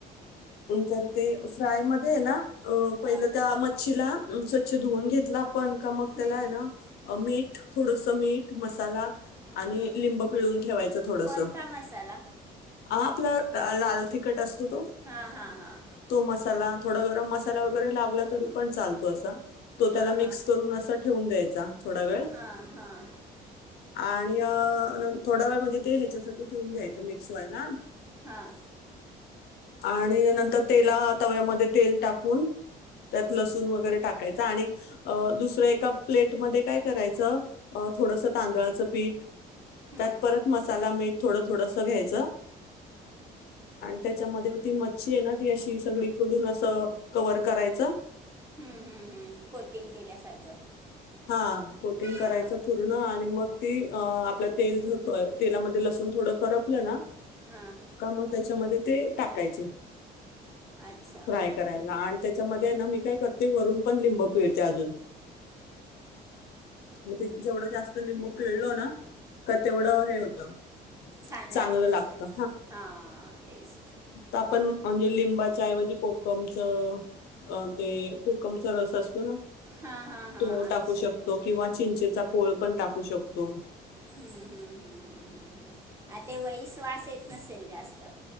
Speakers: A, on the left; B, on the right.
A: नंतर ते फ्राय मध्ये आहे ना अ पहिलं
B: हां
A: त्या मच्छीला स्वच्छ धुवून घेतला आपण का मग त्याला
B: हम्म,
A: आहे ना मीठ थोडस मीठ मसाला आणि
B: हम्म.
A: लिंब पिळून ठेवायचं थोडस
B: कोणता मसाला
A: हा आपला लाल तिखट असतो तो
B: हां हां हां
A: तो मसाला. थोडा गरम मसाला वगैरे लावला तरी पण चालतो असा तो
B: हां
A: त्याला मिक्स
B: हां
A: करून असा ठेवून द्यायचा थोडा वेळ.
B: हां हां
A: आणि थोडा वेळ म्हणजे ते ह्याच्यासाठी ठेवून द्यायचं मिक्स व्हायला.
B: हां
A: आणि नंतर तेला तव्यामध्ये तेल टाकून त्यात लसूून वगैरे टाकायच आणि अ दुसरं एका प्लेटमध्ये काय करायचं थोडसं तांदळाचं पीठ
B: हम्म,
A: त्यात परत मसाला मीठ थोड थोडस घ्यायच. त्याच्यामध्ये ती मच्छी आहे ना ती अशी सगळी पडून अस कवर करायचं.
B: हम्म-हम्म-हम्म कोटिंग केल्यासारखं.
A: हा कोटिंग करायचं
B: हां
A: पूर्ण आणि मग ती आपला तेल ठेवतोय तेलामध्ये लसूण थोडं करपलं ना
B: हां
A: का म त्याच्यामध्ये ते टाकायचे.
B: अच्छा
A: फ्राय करायला आणि त्याच्यामध्ये आहे ना मी काय करते वरून पण लिंब पिळते अजून. मग ति जेवढं जास्त लिंबू पिळलो ना तर तेवढं हे होतं.
B: छान
A: चांगलं
B: लागत
A: लागतं
B: असेल हा टेस्ट.
A: आपण म्हणजे लिंबाच्या ऐवजी कोकमच अ ते कोकमचा रस असतो ना.
B: हां हां हां
A: तो
B: आमसूल
A: टाकू शकतो किंवा चिंचेचा कोळ पण टाकू शकतो.
B: हम्म हम्म हम्म हम्म हम्म हम्म. आ ते लईच वास श्वास येत नसेल जास्त.